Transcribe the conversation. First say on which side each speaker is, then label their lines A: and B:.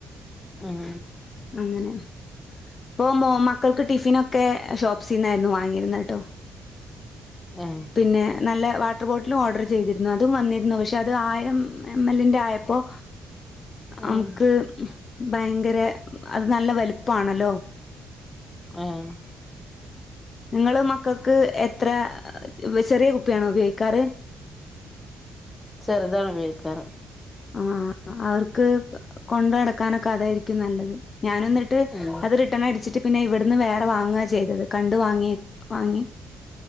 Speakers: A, on the left; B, on the left.
A: ഉം
B: അങ്ങനെ ഇപ്പോൾ മോ മക്കൾക്ക് ടിഫിനൊക്കെ ഷോപ്പ്സിൽ നിന്നായിരുന്നു വാങ്ങിയിരുന്നത് കേട്ടോ
A: ആഹ്
B: പിന്നെ നല്ല വാട്ടർ ബോട്ടിലും ഓർഡർ ചെയ്തിരുന്നു അതും വന്നിരുന്നു പക്ഷേ അത് ആയിരം എം എല്ലിൻ്റെ ആയപ്പോൾ നമുക്ക്
A: ഉം
B: ഭയങ്കര അത് നല്ല വലുപ്പാണല്ലോ
A: ആഹ്
B: നിങ്ങൾ മക്കൾക്ക് എത്ര ചെറിയ കുപ്പിയാണോ ഉപയോഗിക്കാറ്
A: ചെറുതാണ് ഉപയോഗിക്കാറ്
B: ആഹ് അവർക്ക് കൊണ്ട് നടക്കാനൊക്കെ അതായിരിക്കും നല്ലത് ഞാനൊന്നട്ട്
A: ഉം
B: അത് റിട്ടേൺ അടിച്ചിട്ട് പിന്നെ ഇവിടുന്ന് വേറെ വാങ്ങുക ചെയ്തത് കണ്ട് വാങ്ങി വാങ്ങി